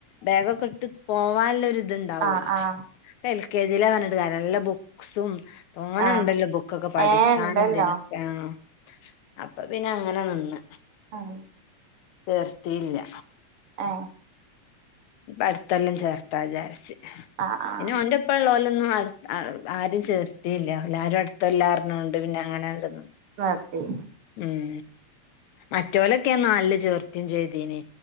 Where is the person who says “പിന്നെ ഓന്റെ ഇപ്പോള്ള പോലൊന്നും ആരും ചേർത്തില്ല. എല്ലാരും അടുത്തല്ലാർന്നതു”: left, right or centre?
Left